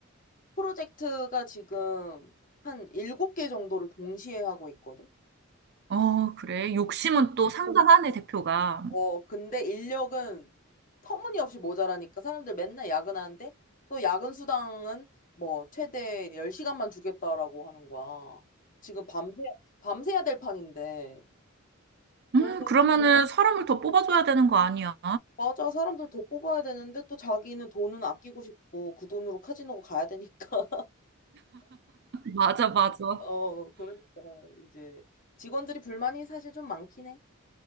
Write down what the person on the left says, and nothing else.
프로젝트가 지금 한 일곱 개 정도를 동시에 하고 있거든?
어, 근데 인력은 터무니없이 모자라니까 사람들 맨날 야근하는데 또 야근 수당은 뭐 최대 10시간만 주겠다라고 하는 거야. 지금 밤새, 밤새야 될 판인데. 그래서
맞아. 사람들 더 뽑아야 되는데 또 자기는 돈은 아끼고 싶고 그 돈으로 카지노 가야 되니까.
<laughs> 어, 그러니까 이제 직원들이 불만이 사실 좀 많긴 해.